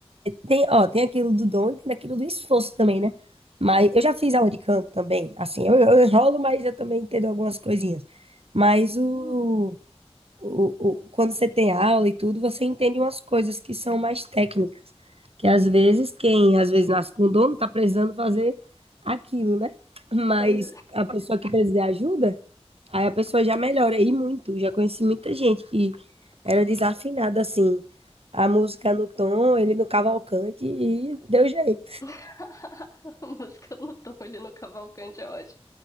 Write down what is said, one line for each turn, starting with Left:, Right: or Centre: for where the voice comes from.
Right: tem, ó, tem aquilo do dom e tem aquilo do esforço também, né? Mas eu já fiz aula de canto também, assim, eu, eu enrolo, mas eu também entendo algumas coisinhas. Mas
Left: Hum.
Right: o, o, o- quando você tem aula e tudo, você entende umas coisas que são mais técnicas, que às vezes quem às vezes nasce com dono está precisando fazer aquilo, né? Mas
Left: Pois.
Right: a pessoa que precisa de ajuda, aí a pessoa já melhora e muito. Já conheci muita gente que era desafinada assim, a música no tom, ele no cavalcante e deu jeito.
Left: <laughs> A música no Tolho, no Cavalcante é ótimo.